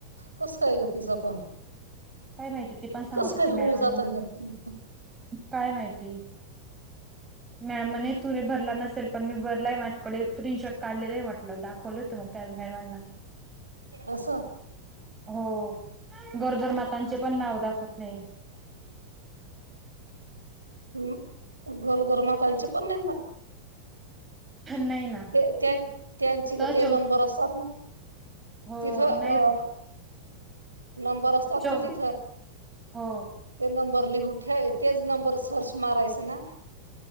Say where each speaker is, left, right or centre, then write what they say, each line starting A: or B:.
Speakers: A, on the right; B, on the right.
A: कसं काय ग तिचं पण
B: काय माहिती ते पण सांगत
A: कस
B: होती
A: काय होऊ
B: मॅडमांना
A: जात हे
B: काय माहिती. ते. मॅडने तु हे भरला नसेल पण मी भरलाय माझ्याकडे प्रिनशॉट काढलेले आहे म्हटलं दाखवले होते मग मॅडमांना.
A: अस.
B: हो गरोदर मातांचे पण नाव दाखवत नाहीये.
A: हम्म. गरोदर मातांचे पण नाहीना.
B: नाही ना
A: ते त्यां त्यांची ग
B: तर
A: ते
B: चौ
A: नंबर असतात ना
B: हो
A: तिथं अ
B: नाही फक्त
A: नंबर असतात
B: चौ
A: ना तिथं,
B: हो
A: ते नं बरं लिहून ठेव तेच नंबर सर्च मारायच ना,